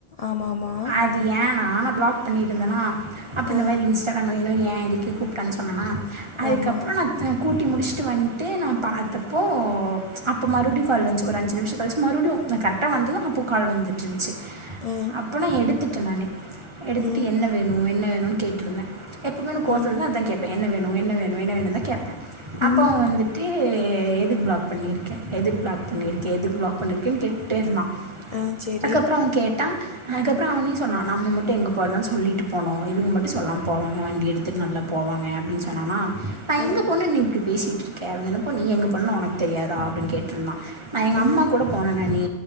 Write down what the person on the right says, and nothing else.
இது ஏன்னா நா பிளாக் பண்ணி இருந்தனா அப்ப இந்த
மாரி இன்ஸ்டால நொய் நொய்ன்னு ஏ எதுக்கு கூப்டான்னு சொன்னனா அதுக்கப்பறோ
நா கூட்டி முடிஷ்ட்டு வன் ட்டு நா பாத்தப்போ அப்போ மறுபடி கால் வந்ச்சு ஒரு அஞ்சு நிமிஷோ கழிச்சு மறுடியு நா கரக்டா வந்தது அப்போ கால் வந்துட்டு இருந்ச்சி
அப்ப நா எடுத்துட்டே நானு எடுத்துட்டு
என்ன வேணு என்ன வேணுன்னு கேட்ருந்தே எப்பவுமே நா கோவத்துல
இருந்தா அதா கேப்பே என்ன வேணு என்ன வேணு என்ன வேணுன்தா கேப்பே அப்போ
வந்துட் டு எ துக் ப்ளாக் பண்ணிருக்க எதுக் ப்ளாக் பண்ணிரு கே எதுக் ப்ளாக் பண்ணிருக்கேன் கேட்டேருந்தா
அதுக்கப்புறோ அவ கேட்டா அதுக்கப்றோ அவனே சொன்னா நம்ம மட்டு எங்க போறனாலு சொல்லிட்டு போனோ இவுங்க மட்டு சொல்லாம போவாங்க வண்டி எடுத்துட்டு நல்லா போவாங்க அப்டின் சொன்னானா நா எங்க
போன நீ இப்டி பேசிட்டுருக்க அப்டின் சொன்னப்போ நீ எங்க போன ஒனக்கு தெரியாதா அப்டின்னு கேட்ருந்தா நா எங்க
அம்மா கூட போன நானி